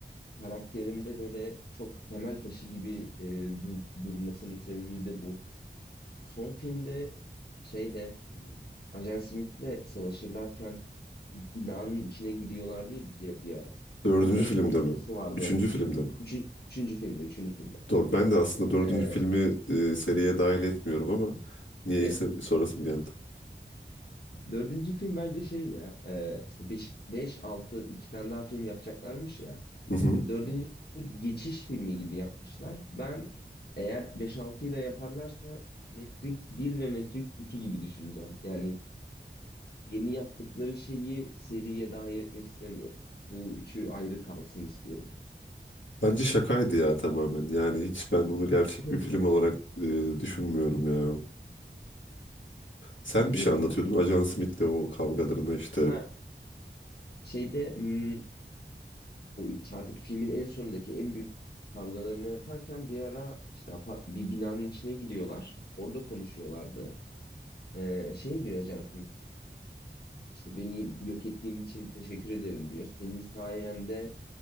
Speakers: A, on the left (about 60°); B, on the left (about 85°).
A: karakterimde böyle çok temel taşı gibi e, dur- durmasının sebebi de bu. Son filmde şeyde hmm, Ajan Smith'le savaşırlarken binanın içine giriyorlardı ya bir ara.
B: Dördüncü
A: Orada
B: filmde
A: bir konuşması
B: mi?
A: vardı.
B: Üçüncü filmde mi?
A: Üçü- üçüncü filmde, üçüncü filmde.
B: Doğru. Ben de aslında dördüncü
A: Ee,
B: filmi e, seriye dahil etmiyorum ama niyeyse
A: ya-
B: bir sorasım
A: o-
B: geldi.
A: <laughs> dördüncü film bence şey ya e, işte beş 5, 6 iki tane daha film yapacaklarmış ya.
B: Hı hı.
A: Dördüncü filmi geçiş filmi gibi yapmışlar. Ben eğer beş altıyı da yaparlarsa Matrix bir ve Matrix iki gibi düşüneceğim. Yani yeni yaptıkları şeyi seriye dahil etmek istemiyorum. Bu üçü ayrı kalsın istiyorum.
B: Bence şakaydı ya tamamen. Yani hiç ben onu gerçek
A: <laughs>
B: bir film olarak e, düşünmüyorum ya. Sen
A: Bilmiyorum.
B: bir şey anlatıyordun. Ajan Smith'le o kavgalarını işte.
A: Ha şeyde hmm, o üç- artık filmin en sonundaki en büyük kavgalarını yaparken bir ara işte apart- bir binanın içine giriyorlar. Orada konuşuyorlardı. Ee, şey diyor Ajan İşte beni yok ettiğin için teşekkür ederim diyor. Senin sayende